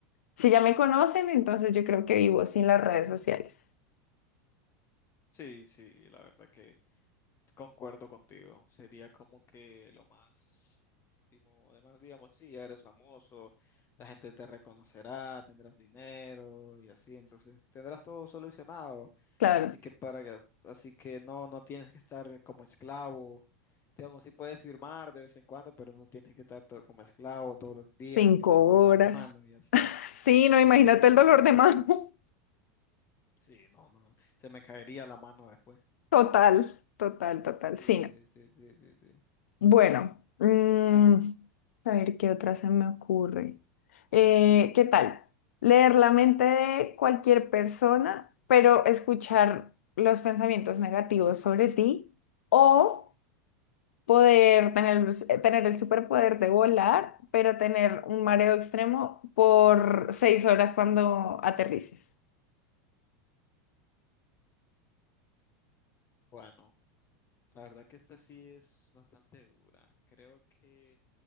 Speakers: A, on the left; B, on the left.
A: Si ya me conocen, entonces yo creo que vivo sin las redes sociales.
B: Sí, sí, la verdad que... Concuerdo contigo, sería como que lo más óptimo. Además, digamos, sí, ya eres famoso, la gente te reconocerá, tendrás dinero y así, entonces tendrás todo solucionado.
A: Claro,
B: Así que para que, así que no, no tienes que estar como esclavo. Digamos, sí puedes firmar de vez en cuando, pero no tienes que estar to- como esclavo todos los días
A: cinco
B: que te duela
A: horas.
B: la mano y así.
A: Sí, no,
B: Sí,
A: imagínate
B: claro.
A: el dolor de mano. <laughs>
B: Sí, no, no, se me caería la mano después.
A: Total, total, total.
B: Sí,
A: Sí, no.
B: sí, sí, sí, sí, sí.
A: Bueno, mm, a ver qué otra se me ocurre. Eh, ¿qué tal? Leer la mente de cualquier persona, pero escuchar los pensamientos negativos sobre ti o poder tener, tener el superpoder de volar, pero tener un mareo extremo por seis horas cuando aterrices.
B: Bueno. La verdad que esta sí es bastante dura. Creo que